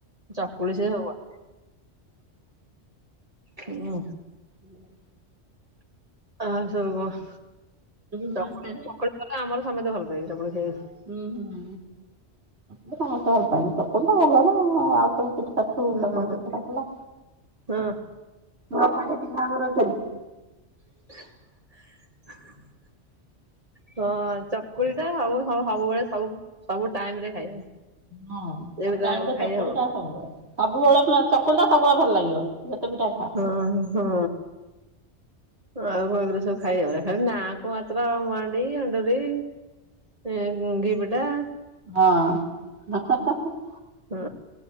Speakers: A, on the right (about 30°); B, on the right (about 65°).
A: ଚକୁଳି ସେ ହବ। ହୁଁ।
B: ହୁଁ।
A: ଆଉ କଣ ସବୁ କହ?
B: ନୂଆ
A: ଚକୁଳି
B: ଶାଢ଼ୀ
A: ପିଠା ଆମର ସମସ୍ତେ ଭଲ ପାଇବେ ଚକୁଳି ଖାଇବାକୁ।
B: ହୁଁ ହୁଁ, <inaudible> ସତକଥା ଚକୁଳିଟା ଭଲ ନା ଆଉ ସବୁ ପିଠ୍ ପ୍ରଥମେ
A: ହୁଁ।
B: ଚକୁଳି ପିଠାଟା ଭଲ,
A: ହଁ
B: ନୂଆ ଶାଢ଼ୀ ପିନ୍ଧା ହେବ ରଜରେ?
A: <unintelligible>
B: <unintelligible>
A: ହଁଅ-ଅ ଚକୁଳିଟା ସବୁ ସବୁବେଳେ ସବୁ, ସବୁ ଟାଇମରେ ଖାଇବ।
B: ହଁ ତାଙ୍କୁ
A: ଏଗୁରା
B: ଡାଇରେକ୍ଟ
A: ଖାଇ
B: ଚକୁଳି
A: ହବ।
B: ଟା ସବୁବେଳେ ସବୁବେଳେ ଚକୁଳିଟା ସବୁବେଳେ ଭଲ ଲାଗିବ ଯେତେ ପିଠା ଖା।
A: ହଁ ହଁ। ଆଉ କଗରେ ସବୁ ଖାଇବ ନାକୁ ମାତ୍ର
B: ହୁଁ।
A: ମଡି ଅଣ୍ଡରି <inaudible> ଏଁ ଘିି ପିଠା।
B: ହଁ।
A: ହଁ